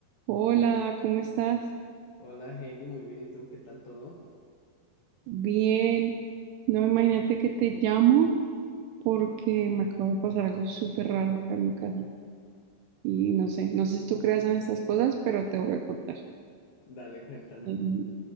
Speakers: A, on the right (about 80°); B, on the left (about 65°).
A: Hola, ¿cómo estás?
B: Hola Heidi, muy bien. ¿Y tú? ¿Qué tal todo?
A: Bien. No, imagínate
B: Ah,
A: que te llamo porque me acabo de pasar algo súper raro acá en mi casa. Y no sé, no sé si tú creas en estas cosas, pero te voy a contar.
B: Dale, cuéntame.
A: Em,